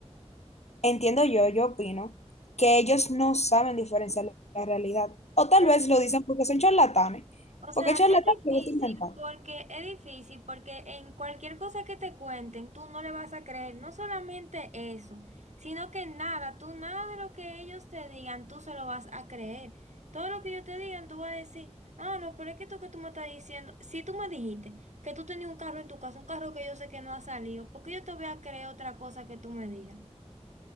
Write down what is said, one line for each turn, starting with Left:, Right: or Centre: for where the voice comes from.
Left: entiendo yo, yo opino, que ellos no saben diferenciar la realidad. O tal
Right: Pero
Left: vez lo dicen porque son charlatanes.
Right: O sea,
Left: Porque charlatanes
Right: es difícil
Left: les gusta inventar.
Right: porque es difícil porque en cualquier cosa que te cuenten, tú no le vas a creer, no solamente eso, sino que nada, tú nada de lo que ellos te digan, tú se lo vas a creer. Todo lo que ellos te digan, tú vas a decir, ah, no, pero es que esto que tú me estás diciendo, si tú me dijiste que tú tenías un carro en tu casa, un carro que yo sé que no ha salido, ¿por qué yo te voy a creer otra cosa que tú me digas?